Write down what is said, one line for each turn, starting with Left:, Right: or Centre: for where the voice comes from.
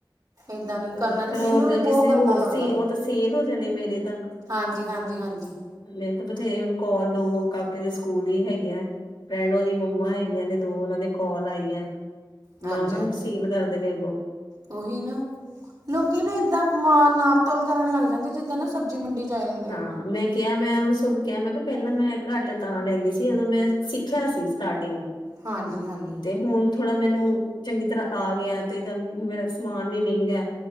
Right: ਇੱਦਾਂ ਨਹੀਂ ਕਰਨਾ
Left: ਅਥਰੋੰ
Right: ਮੈਨੂੰ
Left: ਉਹ ਅੱਗੇ
Right: ਵੀ ਬਹੁਤ
Left: ਕਿਸੇ
Right: ਗੰਦਾ
Left: ਹੋਰ
Right: ਲੱਗਦਾ
Left: ਸੇ ਉਹ ਤਾਂ ਸੇਲ ਹੋ ਜਾਣੇ ਮੇਰੇ ਤਾਂ।
Right: ਹਾਂਜੀ ਹਾਂਜੀ ਹਾਂਜੀ
Left: ਮਿਹਨਤ ਬਥੇਰੇ ਕੋਲ ਦੋ ਕਾਕੇ ਦੇ ਸਕੂਲ ਦੀ ਹੈਗੀਆ। ਰਹਿਣ ਉਹਦੀ ਮੰਮਾ ਹੈਗੀਆਂ ਨੇ ਦੋ ਉਹਨਾਂ ਦੇ ਕੋਲ ਆਈ ਐ।
Right: ਹਾਂਜੀ
Left: ਮੈਂ ਉਹਨਾਂ
Right: ਹਾਂਜੀ
Left: ਨੂੰ ਸੇਲ ਕਰ ਦੇਨੇ ਅੱਗੋਂ।
Right: ਉਹੀ ਨਾ ਲੋਕੀ ਨਾ ਏਦਾਂ ਮ ਨਾਪਤੋਲ ਕਰਨ ਲੱਗ ਜਾਂਦੇ ਜਿੱਦਾਂ ਨਾ। ਸਬਜ਼ੀ ਮੰਡੀ 'ਚ ਆਏ ਹੁੰਦੇ
Left: ਹਾਂ
Right: ਆ।
Left: ਮੈਂ ਕਿਹਾ ਮੈਂ ਉਹਨਾਂ ਨੂੰ ਸਗੋਂ ਕਿਹਾ ਮੈਂ ਪਹਿਲਾਂ ਮੈਂ ਘੱਟ ਤਾਂ ਲੈਂਦੀ ਸੀ ਉਦੋਂ ਮੈਂ ਸਿੱਖਿਆ ਸੀ ਸਟਾਰਟਿੰਗ
Right: ਹਾਂਜੀ ਹਾਂਜੀ
Left: ਤੇ ਹੁਣ ਥੋੜਾ ਮੈਨੂੰ ਚੰਗੀ ਤਰ੍ਹਾਂ ਆ ਗਿਆ ਤੇ ਚਲ ਮੇਰਾ ਸਮਾਨ ਵੀ ਮਹਿੰਗਾ